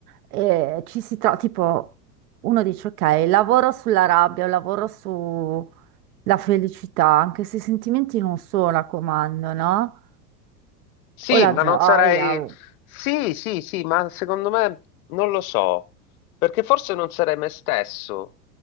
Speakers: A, on the right; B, on the left.
A: e ci si trova, tipo, uno dice ok, lavoro sulla rabbia, lavoro sulla felicità, anche se i sentimenti non sono a comando, no?
B: Sì,
A: O la
B: ma
A: gioia.
B: non sarei...
A: o-
B: Sì, sì, sì, ma secondo me non lo so, perché forse non sarei me stesso.